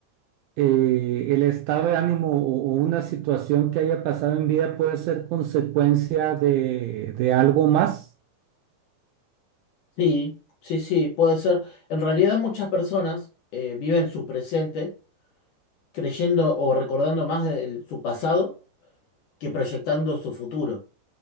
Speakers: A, on the right (about 85°); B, on the left (about 70°).
A: eh, el estado de ánimo o, o una situación que haya pasado en vida puede ser consecuencia de, de algo más.
B: sí, sí, sí, puede ser. En realidad muchas personas eh, viven su presente creyendo o recordando más de su pasado que proyectando su futuro.